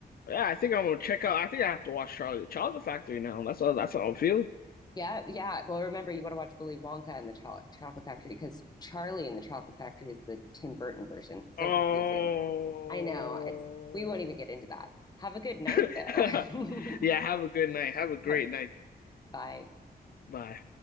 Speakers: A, on the left; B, on the left.
A: Yeah, I think I'm gonna check out. I think I have to watch Charlie the Chocolate Factory now. That's all. That's how I'm feeling.
B: Yeah, yeah. Well, remember you want to watch Willy Wonka and the Cho- Chocolate Factory because Charlie and the Chocolate Factory is the Tim Burton version. So
A: Oh.
B: confusing. I know. It's we won't even get into that. Have a good night
A: <laughs>
B: though. <laughs> All
A: Yeah, have a good night. Have a great
B: right.
A: night.
B: Bye.
A: Bye.